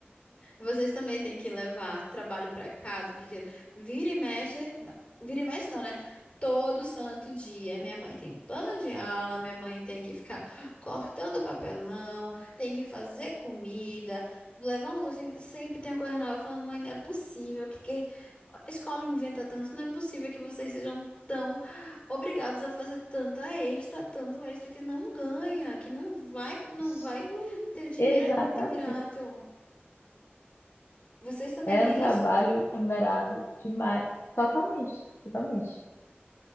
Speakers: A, on the left; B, on the left.
A: Vocês também têm que levar trabalho para casa, porque vira e mexe, vira e mexe não, né? Todo santo dia, minha mãe tem plano de aula, minha mãe tem que ficar cortando papelão, tem que fazer comida, levar um docinho, sempre tem uma coisa nova. Eu falo, mãe, não é possível, que, que a escola inventa tanto, não é possível que vocês sejam tão obrigados a fazer tanta extra, tanto extra que não ganha, que não vai, não
B: Sim,
A: vai ter dinheiro,
B: exatamente.
A: é muito ingrato. Vocês também
B: É
A: têm
B: um trabalho
A: isso?
B: remunerado demais. Totalmente, totalmente.